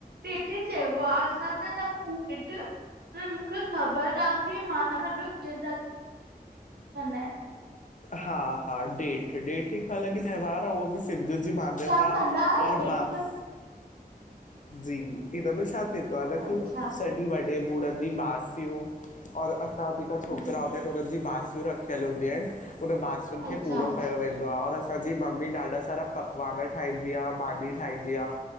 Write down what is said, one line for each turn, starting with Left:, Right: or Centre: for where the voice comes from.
Right: जेठ चयबो आ, असां त न कंदा आहियूं जेठ <unintelligible> पर मूंखे ख़बर आ कि मां हलो <inaudible> त कंदा आहिनि।
Left: हा हा, डेठ-डेठ हिकु अलॻु इ त्योहार आ उहो बि सिंधियुनिजी मान्यता
Right: तव्हां कंदा आहियो
Left: और
Right: ॾेठ
Left: बास जी हिन में छा थींदो? हालांकि
Right: अच्छा
Left: वॾे ॿुड़नि जी बासियूं और असां जेका छोकिरा
Right: जी
Left: हुदां हुनिनि जी बासूं रखियल हूंदी आहिनि, हुन बासुनि
Right: अच्छा
Left: खे पूरो
Right: अच्छा
Left: कयो वेंदो आ और असां असांजी मम्मी ॾाढा सारा पकवान ठाहींदी आ, मानी ठाहींदी आ।